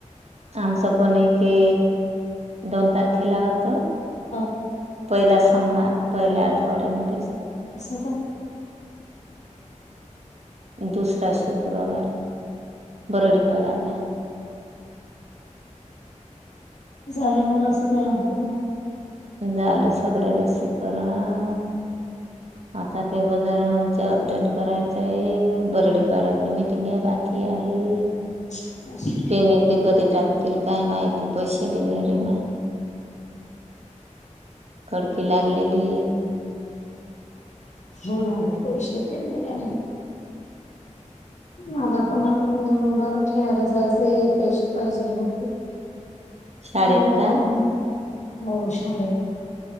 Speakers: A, on the right; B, on the left.
A: आमचं पण एके दोन तारखेला होत.
B: अ
A: पहिला सोमवार पहिल्या आठवड्यामध्येच
B: असं तर
A: अ दुसरा शुक्रवार आहे बरडीपाडाला.
B: झाल मग लसीकरण होत
A: झालं सगळं लसीकरण आता ते वजनचे अपडेट करायचंय बरडी काडाची मीटिंग या बाकी आहे
B: <inaudible>
A: पेमेंट बी कधी टाकतील काय माहिती पैसे बिन रे मा करकीे लागलेली
B: होणार पैसे फले आ मला पण आपण माझ उभाला ठेवायला जायचं पैसे पाहिजे बघ
A: शाळेत
B: हो रे
A: का
B: अजून पर्यंत. हो शाळेत